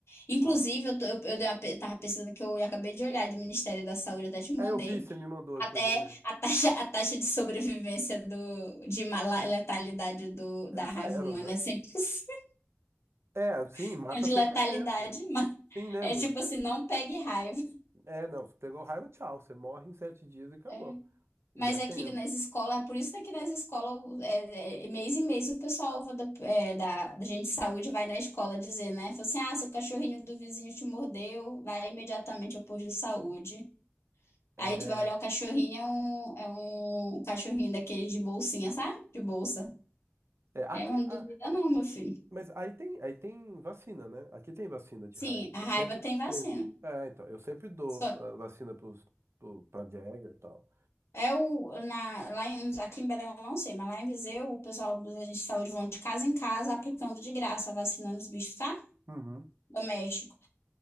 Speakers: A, on the left; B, on the right.
A: Inclusive,
B: Ah.
A: eu, tô- eu, eu dei uma pe- tava pesquisando que eu acabei de olhar do Ministério da Saúde, eu até te mandei.
B: É, eu vi, você me mandou aqui,
A: Até
B: eu vou ler.
A: a taxa, a taxa de sobrevivência do, de ma- la- letalidade do,
B: É
A: da
B: zero,
A: raiva humana
B: né?
A: é 100%
B: É, sim,
A: <laughs>
B: mata
A: de
B: 100%.
A: letalidade, mas
B: Sim, né?
A: é
B: não.
A: tipo assim, não pegue raiva.
B: É, não, você pegou raiva, tchau. Você morre em sete dias e acabou.
A: É.
B: E
A: Mas
B: é tenso.
A: aqui nas escolas, por isso que aqui nas escolas, é, é, mês em mês, o pessoal da, é, da, da gente de saúde vai na escola dizer, né? Fala assim, ah, seu cachorrinho do vizinho te mordeu, vai imediatamente ao posto de saúde.
B: É,
A: Aí tu vai olhar o cachorrinho, é um, é um cachorrinho daqueles de bolsinha, sabe? De bolsa.
B: é, aqui,
A: É, mas não
B: ah,
A: duvida não, meu filho.
B: mas aí tem, aí tem vacina, né? Aqui tem vacina de
A: Sim,
B: raiva.
A: a
B: Eu
A: raiva
B: sempre
A: tem vacina.
B: tento. É, então, eu sempre dou
A: Só
B: ah, vacina pros, pro, pra Jagger e tal.
A: é o na, lá em, aqui em Belém eu não sei, mas lá em Viseu o pessoal dos agentes de saúde vão de casa em casa aplicando de graça, vacinando os bichos, tá?
B: Uhum.
A: Doméstico.